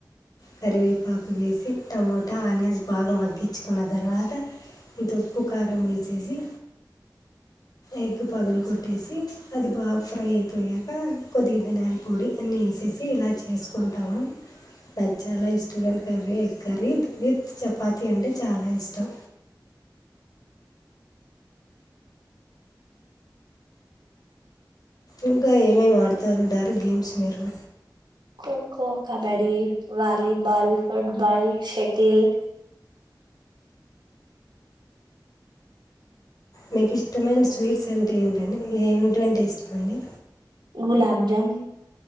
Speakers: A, on the left; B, on the right.
A: కరివేపాకు వేసి టమ టా ఆనియన్స్ నాగ మగ్ చ్చుకున్న తర్వాత ఇంత ఉప్పు, కారం వేసేసి ఎగ్ పలగొట్ ట్టేసి అది బాగా ఫ్రై అయి పోయాక కొద్దిగా ధనియాల పొడి అన్నీ ఏసేసి ఇలా చేసుకుంటాము నాకు చాలా ఇష్టమ అండి కర్రీ ఎ కర్రీ విత్ చపాతి అంటే చాలా ఇష్టం ఇంకా ఏమేం ఆడుతూ ఉంటారు గేమ్స్ మీరు
B: kho kho, kabaddi, volleyball, football, shuttle
A: మీకు ఇష్టమైన స్వీట్స్ అంటే ఏంటండి ఏమింటంటే ఇష్టంమండి
B: గులాబ్జామ్